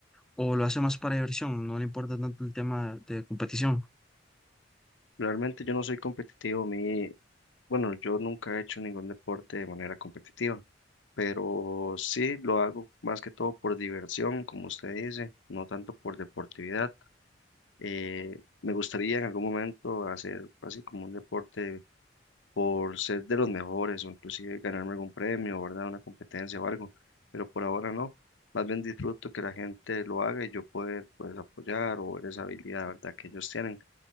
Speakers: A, in the centre; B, on the left (about 90°).
A: o lo hace más para diversión, no le importa tanto el tema de competición.
B: Realmente yo no soy competitivo, mi, bueno, yo nunca he hecho ningún deporte de manera competitiva, pero sí lo hago más que todo por diversión, como usted dice, no tanto por deportividad. Eh, me gustaría en algún momento hacer así como un deporte por ser de los mejores o inclusive ganarme algún premio, ¿verdad? Una competencia o algo, pero por ahora no. Más bien disfruto que la gente lo haga y yo poder pues apoyar o ver esa habilidad, ¿verdad? Que ellos tienen.